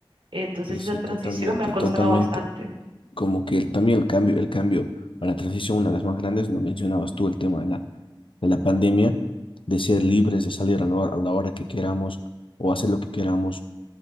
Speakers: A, on the right; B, on the left.
A: Entonces
B: Sí, sí,
A: esa transición
B: totalmente,
A: me ha costado
B: totalmente.
A: bastante.
B: Como que el- también el cambio, el cambio a la transición, una de las más grandes, lo mencionabas tú, el tema de la, de la pandemia, de ser libres, de salir a la hora, a la hora que queramos o hacer lo que queramos.